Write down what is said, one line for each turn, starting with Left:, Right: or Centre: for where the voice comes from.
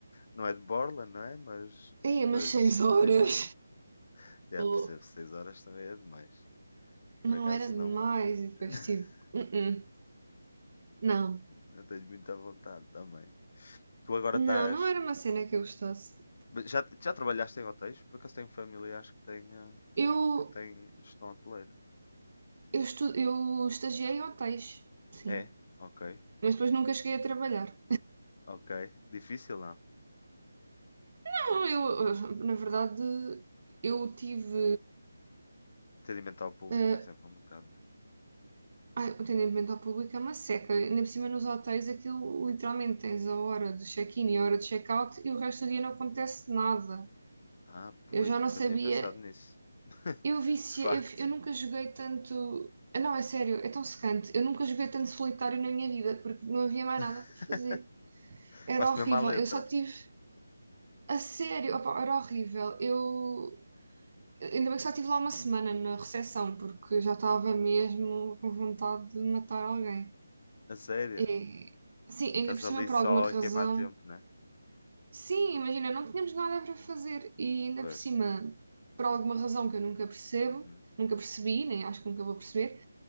Left: Não é de Borland, não é? Mas,
Right: Ia
Left: mas
Right: mas seis horas.
Left: fazia parte. Já
Right: Tô Louco.
Left: percebo, 6 horas também é demais. Por
Right: Não
Left: acaso
Right: era demais.
Left: não,
Right: E depois
Left: <laughs>
Right: tipo, "Uh-uh, não.
Left: não tenho muita vontade também. Tu agora
Right: Não,
Left: estás.
Right: não era uma cena que eu gostasse.
Left: Já, já trabalhaste em hotéis? Por acaso tenho familiares que têm, eh,
Right: Eu,
Left: que têm gestão hoteleira?
Right: eu, estu, eu estagiei em hotéis, sim.
Left: É? Ok.
Right: Mas depois nunca cheguei a trabalhar.
Left: Ok. Difícil não?
Right: Não, eu, eh, na verdade, eu tive
Left: Atendimento ao público
Right: eh,
Left: é sempre um bocado. né?
Right: Ai, o atendimento ao público é uma seca. Ainda por cima nos hotéis aquilo literalmente tens a hora do check-in e a hora do check-out e o resto do dia não acontece nada.
Left: Ah, pois,
Right: Eu já não
Left: nunca
Right: sabia.
Left: tinha pensado nisso. <laughs> De
Right: Eu vicia,
Left: facto.
Right: eu, eu nunca joguei tanto. Ah, Não, é sério, é tão secante. Eu nunca joguei tanto solitário na minha vida porque não havia mais
Left: <laughs>
Right: nada para fazer. Era
Left: Faz-te
Right: horrível.
Left: mesmo à letra.
Right: Eu só tive. A sério, opa, era horrível. Eu. Ainda bem que só estive lá uma
Left: Hum,
Right: semana na recepção porque eu já estava mesmo com vontade de matar alguém.
Left: A sério?
Right: É, sim, ainda
Left: E estás
Right: por cima,
Left: ali
Right: por
Left: só
Right: alguma razão.
Left: a queimar tempo, né?
Right: Sim, imagina, não tínhamos nada para fazer e ainda
Left: Pois.
Right: por cima, por alguma razão que eu nunca percebo,
Left: Uhum.
Right: nunca percebi, nem acho que nunca vou perceber,